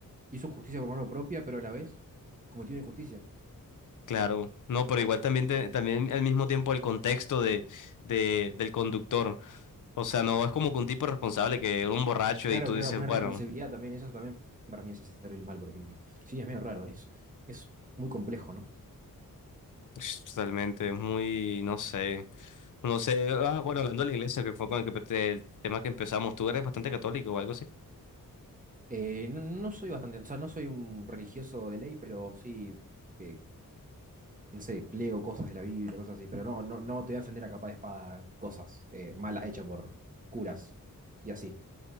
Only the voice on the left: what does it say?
Claro, no, pero igual también, te- también al mismo tiempo el contexto de, de- del conductor. O sea, no es como que un tipo responsable que era un borracho
y tú
dices,
bueno,
ush, totalmente, es muy, no sé. No sé, ah, bueno, hablando de la iglesia, que fue con el, que, empe- el tema que empezamos, tú eres bastante católico o algo así.